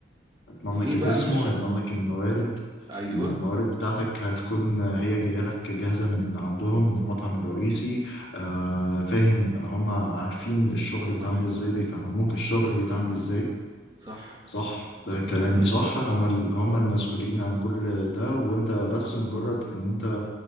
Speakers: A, on the left (about 75°); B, on the right (about 25°).
A: هيضمن
B: ليه
A: لك الاسم
B: بقى مش
A: وهيضمن لك الموارد
B: ايوه
A: ان الموارد بتاعتك هتكون هي جايه لك جاهزه من عندهم من المطعم الرئيسي آه فاهم هم عارفين الشغل بيتعمل
B: صح
A: ازاي بيفهموك الشغل بيتعمل ازاي
B: صح
A: صح
B: لكن
A: ده كلامي
B: هنبدأ
A: صح هم ال- هم المسؤولين عن كل ده وانت بس مجرد ان انت